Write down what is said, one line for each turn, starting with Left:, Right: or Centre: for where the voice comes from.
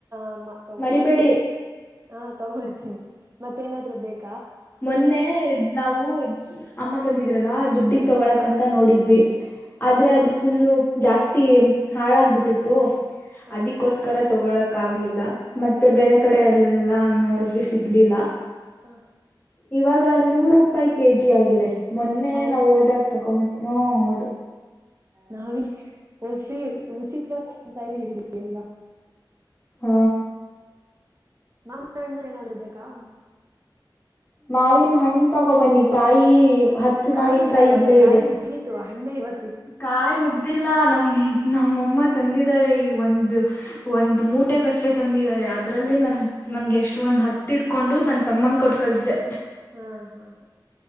Right: ಹಮ್ಮ ತಗೊಂಡ್
Left: ಮರಿಬೇಡಿ
Right: ಹೋಗುವ ಅಂತ ಹಾ ತಗೊಂಡಿರ್ತೀನಿ. ಮತ್ತೇನಾದ್ರರು ಬೇಕು.
Left: ಮೊನ್ನೆ ನಾವು ಅಮ್ಮ ಬಂದಿದ್ರಲ್ಲಾ ದುಡ್ಡಿ. ತಗೊಕಕ್ ಅಂತ ನೋಡಿದ್ವಿ.
Right: ಹ
Left: ಆದ್ರೆ ಅದು ಫುಲ್ಲ. ಜಾಸ್ತಿ ಹಾಳಾಗಬಿಟ್ಟಿತ್ತು
Right: ಹ
Left: ಅದಕ್ಕೋಸ್ಕರ. ತಗೊಳಕಾಗ್ಲಿಲ್ಲಾ. ಮತ್ತೆ ಬೇರೆ
Right: ಹ
Left: ಕಡೆ ಎಲ್ಲಾ. ನೋಡಿದ್ವಿ ಸಿಗ್ಲಿಲ್ಲ
Right: ಹಾ.
Left: ಇವಾಗ ನೂರು ರೂಪಾಯಿ ಕೆಜಿ ಆಗಿದೆ ಮೊನ್ನೆ
Right: ಹೌದಾ
Left: ನಾವವು ಓದಾಗ ತಗೊಬನ್ನಿ ಹಾ ಹೌದು.
Right: ನಾವಿ್ರೀ ಉಚಿತವಾಗಿಂತ ಇರ ಎಲ್ಲ.
Left: ಹ್ಮ.
Right: ನಮ್ಮಣ್ಣ ಏನಾದ್ರು ಬೇಕು. ಬ.
Left: ಮಾವಿನ ಹಣ್ಣ್ ತಗೋ ಬನ್ನಿ ಕಾಯಿ. ಹತ್ತು
Right: ಕಾಯಿ
Left: ಮಾವಿನಕಾಯಿ
Right: ಇಲ್ಲ ಇವಾಗ
Left: ಇಲ್ಲೇ
Right: ಕಾಯಿ
Left: ಇದೆ
Right: ಮುಗಿ. ಹಣ್ಣ ಇವ.
Left: ಕಾಯಿ ಮುಗ್ದಿಲ್ಲ ನಮ. ನಮ್ಮಮ್ಮ ತಂದಿದ್ದಾರೆ ಈ ಒಂದು ಒಂದು ಮೂಟೆ ಗಟ್ಲೆ ತಂದಿದ್ದಾರೆ ಅದ್ರಲ್ಲಿ ನನ್ ನಂಗೆ ಎಷ್ಟ ಒಂದ್ ಹತ್ತಿಡ್ಕೊಂಡು ನನ್ ತಮ್ಮನ್ ಕೊಟ್ಟ ಕಳಸ್ದಿದೆ.
Right: ಹಾ ಹಾ ಹಾ